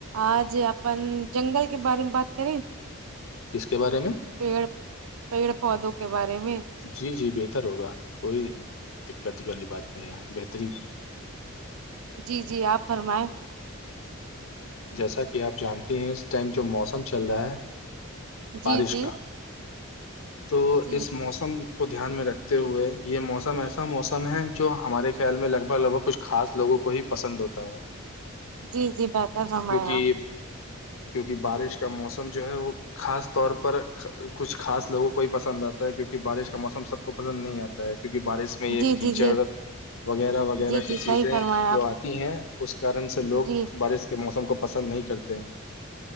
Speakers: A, on the right (about 70°); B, on the left (about 65°).
A: آج اپن جنگل کے بارے میں بات کریں
B: کس کے بارے میں
A: پیڑ پیڑ پودوں کے بارے میں
B: جی جی بہتر ہوگا کوئی دقت والی بات نہیں ہے بہترین
A: جی جی آپ فرمائیں
B: جیسا کہ آپ جانتے ہیں اس ٹائم جو موسم چل رہا ہے
A: جی
B: بارش
A: جی
B: کا تو
A: جی
B: اس موسم موسم کو دھیان میں رکھتے ہوئے یہ موسم ایسا موسم ہے جو ہمارے خیال میں لگ بھگ لگ بھگ کچھ خا لوگوں کو ہی پسند ہوتا ہے
A: جی جی بہتر ہمے
B: کیونکہ
A: آپ
B: کیونکہ بارش کا موسم جو ہے وہ خاص طور پر کچھ خاص لوگوں کو ہی پسند آتا ہے کیونکہ بارش کا موسم سب کو پسند نہیں آتا ہے کیونک بارش
A: آپ
B: میں یہ
A: جی
B: کیچڑ
A: جی جی
B: وغیرہ وغیرہ
A: جی
B: کی
A: جی
B: چیزیں
A: صحیح فرمایا
B: جو
A: آپ
B: آتی ہیں اس کارن سے لوگ
A: جی
B: بارش یہ موسم کو پسند نہیں کرتے ہیں